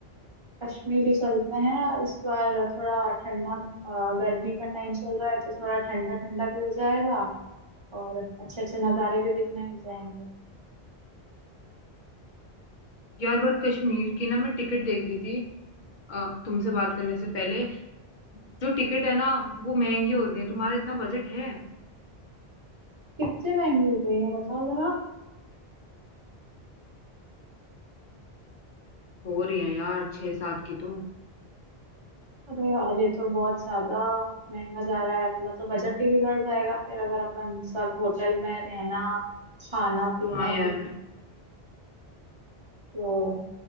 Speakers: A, on the right; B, on the left.
A: कश्मीर ही चलते हैं इस बार थोड़ा ठंडा अ, गर्मी का टाइम चल रहा है तो थोड़ा ठंडा ठंडा भी हो जाएगा और अच्छे अच्छे नज़ारे भी देखने मिल जाएंगे
B: यार बट कश्मीर की ना मैं टिकट देख रही थी अ, तुमसे बात करने से पहले जो टिकट है ना वो महंगी हो रही है तुम्हारा इतना बजट है
A: कितने महंगी हो गई है बताओ जरा
B: हो रही है यार छह सात की तो
A: अरे यार ये तो बहुत ज्यादा महंगा जा रहा है अपना तो बजट ही बिगड़ जाएगा फिर अगर अपन सब होटल में रहना खाना पीना
B: हाँ यार
A: भी, तो